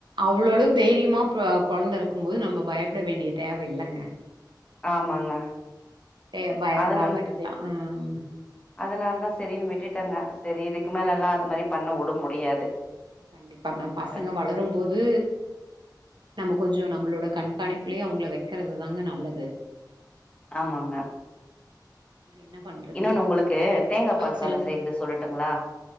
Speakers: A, on the right; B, on the left.
A: அவ்வளவுளவுக் தைரியமா கொழந்த இருக்கும் போது நம்ம பயப்பட வேண்டிய தேவ இல்லங்க
B: ஆமாங்க
A: ஏ பயப்படாம
B: அத நானு
A: இருக்கலா ம் ம்
B: அதனால தா சரின்னு விட்டுட்டேங்க சேரி இதுக்கு மேலல்லா அது மாரி பண்ண வுட முடியாது
A: கண்டிப்பாங்க பசங்க
B: அத்
A: வளரும்போது நம்ம கொஞ்ச நம்மளோட கண்காணிப்புலே அவங்க வை இருக்கிறது தாங்க நல்லது
B: ஆமாங்க
A: என்ன பண்றது
B: இன்னொன்னு உங்களுக்கு தேங்கா
A: ஆ
B: பால் சாத
A: சொல்லுங்க
B: செய்யறது சொல்லட்டுங்களா